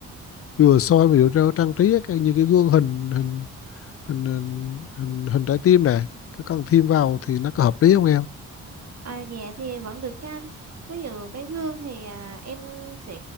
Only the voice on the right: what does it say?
À, dạ thì vẫn được cho anh. Ví dụ cái gương thì à, em sẽ